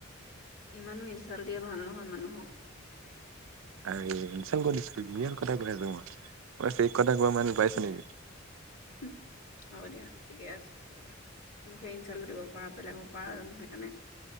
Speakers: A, on the left; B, on the right.
A: ইমানো ইনচালট দিয়া ভাল নহয় মানুহক।
B: আৰে ইনচাল্ট কত দিছো ৰিয়েল কথা কৈ আছো মই ফেক কথা কোৱা মানুহ পাইছ নেকি?
A: উম হব দিয়া ঠিকে আছে। মুকেই ইনঞ্চালো দিব পাৰা বেলেগৰ পাৰা জানো সেইকাৰণে।